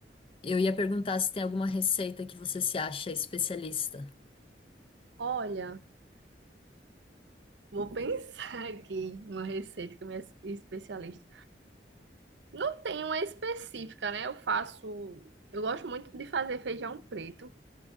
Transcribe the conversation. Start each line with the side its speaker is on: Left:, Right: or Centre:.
Left: Eu ia perguntar se tem alguma receita que você se acha especialista.
Right: Olha, vou <laughs> pensar aqui em uma receita que a minha especialista. Não tem uma específica, né? Eu faço. Eu gosto muito de fazer feijão preto.